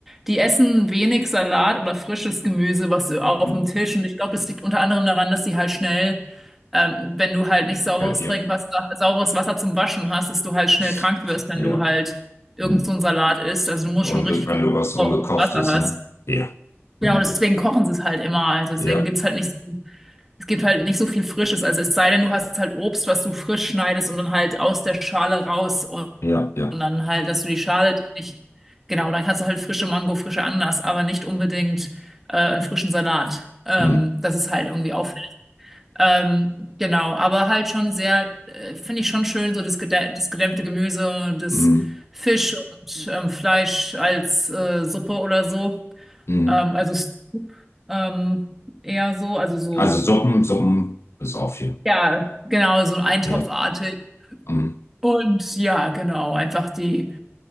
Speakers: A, in the centre; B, on the left.
A: Die essen wenig Salat oder frisches Gemüse, was auf
B: Mhm.
A: dem Tisch. Und ich glaube, das liegt unter anderem daran, dass die halt schnell, ähm, wenn du halt nicht sauberes
B: halt
A: Trinkwasser, sauberes Wasser zum Waschen hast, dass du halt schnell
B: Ist-
A: krank wirst, wenn
B: Ja.
A: du halt irgend
B: Hm.
A: so ein Salat ist. Also du musst
B: Unge
A: schon richtig
B: wenn
A: gucken,
B: du was Ungekochtes,
A: ob du sauberes Wasser hast.
B: ne? Ja. Hm.
A: Genau, deswegen kochen sie es halt immer. Also deswegen
B: Ja.
A: gibt's halt nicht so, es gibt halt nicht so viel Frisches. Also es sei denn, du hast halt Obst, was du frisch schneidest und dann halt aus der Schale raus und,
B: Ja, ja.
A: und dann halt, dass du die Schale dich nicht, genau, dann kannst du halt frische Mango, frische Ananas, aber nicht unbedingt äh, einen frischen Salat. Ähm,
B: Hm.
A: das ist halt irgendwie auf. Ähm, genau, aber halt schon sehr, äh, finde ich schon schön, so das, gedä das gedämpfte Gemüse, das
B: Hm.
A: Fisch und ähm, Fleisch als äh, Suppe oder so.
B: Hm.
A: Ähm, also Stew, ähm, eher so, also so,
B: Also Suppen, Suppen ist auch viel.
A: ja, genau, so eintopfartig.
B: Ja. Hm.
A: Und ja, genau, einfach die,